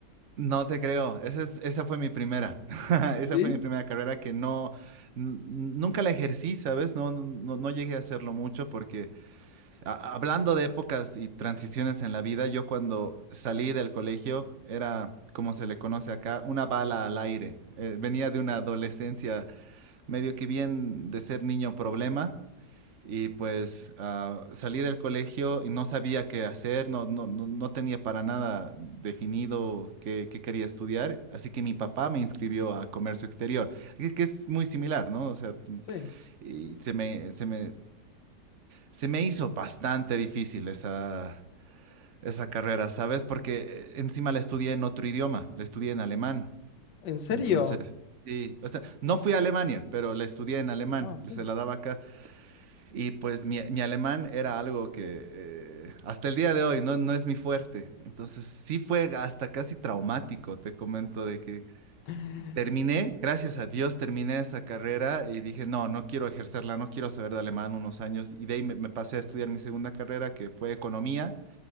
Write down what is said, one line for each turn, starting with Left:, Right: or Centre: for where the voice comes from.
Right: No te creo, esa, es- esa fue mi primera, <laughs> esa
Left: ¿Sí?
Right: fue mi primera carrera que no, n- nunca la ejercí, ¿sabes? No, no, no llegué a hacerlo mucho porque a- hablando de épocas y transiciones en la vida, yo cuando salí del colegio era, como se le conoce acá, una bala al aire. Eh, venía de una adolescencia medio que bien de ser niño problema y pues ah, salí del colegio y no sabía qué hacer, no, no, no, no tenía para nada definido qué, qué quería estudiar, así que mi papá me inscribió a comercio exterior, que que es muy similar, ¿no? O sea,
Left: Sí.
Right: y se me, se me, se me hizo bastante difícil esa, esa carrera, ¿sabes? Porque eh, encima la estudié en otro idioma, la estudié en alemán.
Left: ¿En serio?
Right: Entonces, sí, o sea, no fui a Alemania, pero la estudié en alemán,
Left: No, sí.
Right: se la daba acá. Y pues mi, mi alemán era algo que eh, hasta el día de hoy no, no es mi fuerte. Entonces sí fue hasta casi traumático, te comento, de que
Left: <laughs>
Right: terminé, gracias a Dios terminé esa carrera y dije, no, no quiero ejercerla, no quiero saber de alemán unos años. Y de ahí me, me pasé a estudiar mi segunda carrera, que fue economía.